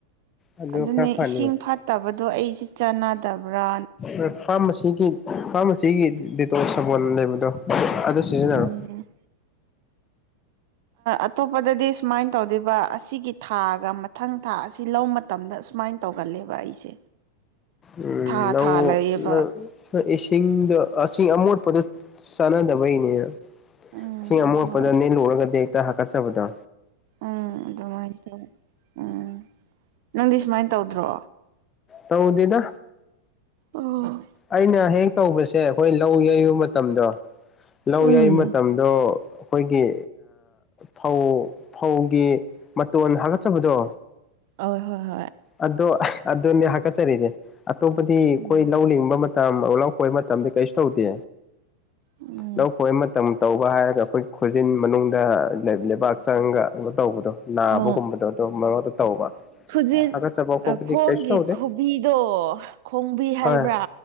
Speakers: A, on the left (about 20°); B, on the right (about 50°).
A: ꯑꯗꯨ
B: ꯑꯗꯨꯅꯦ
A: ꯈꯔ ꯐꯅꯤ
B: ꯏꯁꯤꯡ ꯐꯠꯇꯕꯗꯣ ꯑꯩꯁꯦ ꯆꯥꯟꯅꯗꯕ꯭ꯔꯥ
A: ꯍꯣꯏ ꯐꯥꯔꯃꯥꯁꯤꯒꯤ ꯐꯥꯔꯃꯥꯁꯤꯒꯤ ꯗꯗꯤꯇꯣ ꯁꯥꯕꯣꯣꯟ ꯂꯩꯕꯗꯣ ꯑꯗꯨ ꯁꯤꯖꯤꯟꯅꯔꯣ
B: ꯎꯝ ꯑꯇꯣꯞꯄꯗꯗꯤ ꯁꯨꯃꯥꯏꯅ ꯇꯧꯗꯣꯏꯕ ꯑꯁꯤꯒꯤ ꯊꯥꯒ ꯃꯊꯪ ꯊꯥ ꯑꯁꯤ ꯂꯧ ꯃꯇꯝꯗ ꯁꯨꯃꯥꯏꯅ ꯇꯧꯒꯜꯂꯦꯕ ꯑꯩꯁꯦ
A: ꯎꯝ
B: ꯊꯥ ꯊꯥ ꯂꯩꯌꯦꯕ
A: ꯅ ꯍꯣꯏ ꯏꯁꯤꯡꯗꯣ ꯏꯁꯤꯡ ꯑꯃꯣꯠꯄꯗ ꯆꯥꯟꯅꯗꯕꯩꯅꯦꯅ
B: ꯎꯝ
A: ꯁꯤꯡ
B: ꯑꯗꯨ
A: ꯑꯃ‌ꯣꯠꯄꯗꯅ‌ꯦ ꯂꯨꯔꯒꯗꯤ ꯍꯦꯛꯇ ꯍꯥꯀꯠꯆꯕꯗꯣ
B: ꯎꯝ ꯑꯗꯨꯃꯥꯏꯅ ꯇꯧꯋ ꯎꯝ ꯅꯪꯗꯤ ꯁꯨꯃꯥꯏꯅ ꯇꯧꯗ꯭ꯔꯣ
A: ꯇꯧꯗꯗ
B: ꯎꯝ
A: ꯑꯩꯅ ꯍꯦꯛ ꯇꯧꯕꯁꯦ ꯑꯩꯈꯣꯏ ꯂꯧ ꯌꯩꯕ ꯃꯇꯝꯗꯣ ꯂꯧ
B: ꯍꯣꯏ
A: ꯌꯩꯕ ꯃꯇꯝꯗ ꯑꯗꯣ ꯑꯩꯈꯣꯏꯒꯤ ꯐꯧ ꯐꯧꯒꯤ ꯃꯇꯣꯟ ꯍ ꯕꯨꯗꯣ
B: ꯍ ꯍꯣꯏ ꯍꯣꯏ
A: ꯑꯗꯣ ꯑꯗꯨꯅꯦ ꯍꯥꯀꯠꯆꯔꯤꯅꯦ ꯑꯇꯣꯞꯄꯗꯤ ꯑꯩꯈꯣꯏ
B: ꯎꯝ
A: ꯂꯧ ꯂꯤꯡꯕ ꯃꯇꯝ ꯑꯣꯂꯛꯄꯩ ꯃꯇꯝꯗ ꯀꯩꯁꯨ ꯇꯧꯗꯦ
B: ꯎꯝ
A: ꯂꯧ ꯈꯣꯏꯕ ꯃꯇꯝ ꯇꯧꯕ ꯍꯥꯏꯔꯒ ꯑꯩꯈꯣꯏ ꯈꯣꯏꯖꯤꯟ ꯃꯅꯨꯡꯗ ꯂꯩꯕꯥꯛ ꯆꯪꯒ ꯀ ꯇꯧꯕꯗꯣ ꯅꯥꯕꯒꯨꯝꯕꯗꯣ
B: ꯑꯣ
A: ꯑꯗꯨ ꯃꯔꯛ ꯃꯔꯛ ꯇ ꯇꯧꯕ
B: ꯖꯤ
A: ꯍꯥꯀꯠꯆꯕ ꯈꯣꯠꯄꯗꯤ
B: ꯈꯣꯡꯒꯤ
A: ꯀꯩꯁꯨ ꯇꯧꯗꯦ
B: ꯈꯨꯣꯕꯤꯗꯣ ꯈꯣꯡꯕꯤ ꯍꯥꯏꯕ꯭ꯔꯥ
A: ꯍꯣꯏ